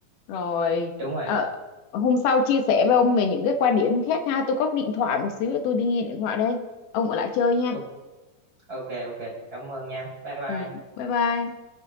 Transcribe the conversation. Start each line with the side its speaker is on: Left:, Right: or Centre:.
Left: rồi
Right: Đúng rồi.
Left: ờ, hôm sau chia sẻ với ông về những cái quan điểm khác ha tôi có cái điện thoại một xíu nữa tôi đi nghe điện thoại đây ông ở lại chơi nha
Right: O- Ok ok, cảm ơn nha. Bye bye.
Left: ừ, bye bye